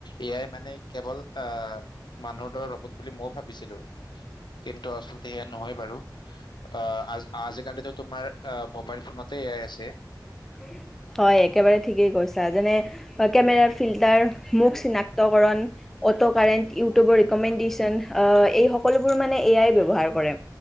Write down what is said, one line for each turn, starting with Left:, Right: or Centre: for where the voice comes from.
Left: এ আই মানে। কেৱল আহ, মানুহৰ দৰে ৰ'বত বুলি মইও ভাবিছিলোঁ, কিন্তু আচলতে সেয়া নহয় বাৰু। অ', আ, আজিকালিতো তোমাৰ মোবাইল ফোনতে এ আই আছে।
Centre: <inaudible> হয়, একেবাৰে ঠিকেই কৈছা যেনে কেমেৰাৰ ফিল্টাৰ, মুখ চিনাক্তকৰণ। অট'কাৰেণ্ট, ইউটিউবৰ ৰিকমেণ্ডেশচন, এই সকলোবোৰ মানে এ আই ব্যৱহাৰ কৰে।